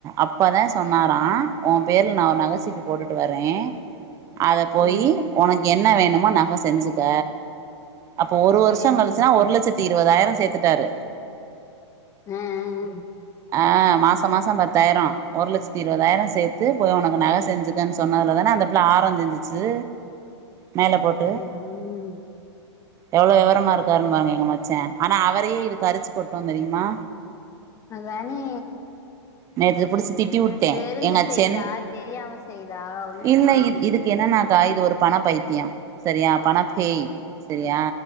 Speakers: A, on the right (about 20°); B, on the left (about 20°).
A: அப்பதா சொன்னாரா ஒ பேர்ல நா ஒரு நகசீட்டு போட்டுட்டு வரே அத போயி்
B: ம்
A: உனக்கு என்ன வேணுமோ நக செஞ்சுக்க அப்போ ஒரு
B: சேரி
A: வருஷோ கழிச்சுனா
B: சேரி சேரி
A: ஒரு லட்சத்தி இருவதாயிரோ சேத்துட்டாரு
B: ம் ம்
A: ஆ மாசோ மாசோ பத்தாயிரோ ஒரு லட்சத்தி இருவதாயிரோ சேத்து போய் ஒனக்கு நக செஞ்சு தன் சொன்னதால தான அந்த புள்ள ஆரோ செஞ்சுச்சு மேல போட்டு
B: ஆ ஆ
A: எவ்ளோ வெவரமா இருக்காருன்னு பாருங்க எங்க மச்சா ஆனா அவரையே இது கருச்சு கொட்டு தெர்யுமா
B: அதானே
A: நேத்து புடிச் திட்டி வுட்டே
B: இது தெரிஞ்சு
A: எங்க
B: செய்தா
A: சென்
B: தெரியாம செய்தா ஒண்ணுமே
A: இல்ல
B: புரியலையே
A: இ இதுக்கு என்னாக் கா இது ஒரு பண பைத்தியோ சரியா பண பேய் செரியா